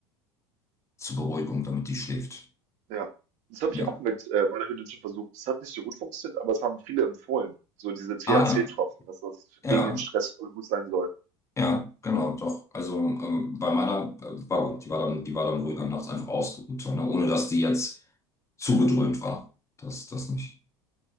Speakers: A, on the left (about 20°); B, on the right (about 55°).
A: zur Beruhigung, damit die schläft.
B: Ja. Das habe
A: Ja.
B: ich auch mit, äh, meiner Hündin schon versucht. Das hat nicht so gut funktioniert, aber es haben viele empfohlen. So diese THC-Tropfen,
A: Ah,
B: dass das
A: ja,
B: gegen den Stress voll gut sein soll.
A: ja, ja, genau, doch. Also ähm, bei meiner äh, war gut, die war dann, die war dann ruhig am Nachts einfach ausgeruht, ne? Ohne dass die jetzt zugedröhnt war. Das, das nicht.